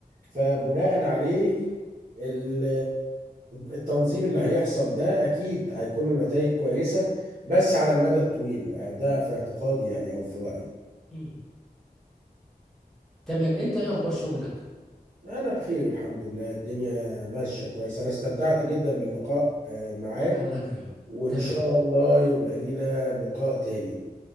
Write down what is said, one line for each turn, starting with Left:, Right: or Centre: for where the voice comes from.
Right: فبناء عليه ال- التنظيم اللي هيحصل ده اكيد هيكون له نتائج كويسة بس على المدى الطويل آه، ده في اعتقادي يعني او في رأيي
Centre: مم. تمام انت ايه اخبار شغلك
Right: أنا بخير الحمد لله الدنيا ماشية كويس أنا استمتعت جدا باللقاء آه، معاك
Centre: الله يكرمك
Right: وإن
Centre: تمام
Right: شاء الله يبقى لينا لقاء تاني